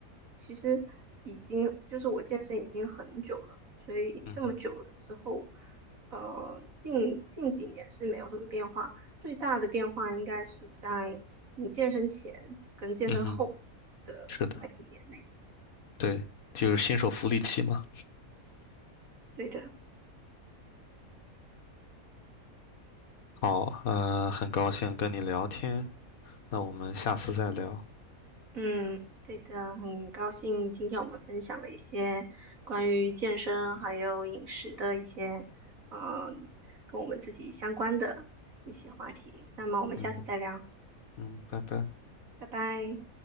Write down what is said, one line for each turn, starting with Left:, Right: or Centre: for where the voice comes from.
Right: 其实已经就是我健身已经很久了，所以这么久了之后，
Left: 嗯哼，
Right: 呃，近近几年是没有什么变化。最大的变化应该是在你健身前跟健身后的那一年内。
Left: 嗯哼，是的，对，就是新手福利期嘛。
Right: 对的。
Left: 好，呃，很高兴跟你聊天，那我们下次再聊。
Right: 嗯，对的，很高兴今天我们分享了一些关于健身还有饮食的一些，嗯，跟我们自己相关的一些话题。那么我们下次再聊，
Left: 嗯嗯，拜拜。
Right: 拜拜。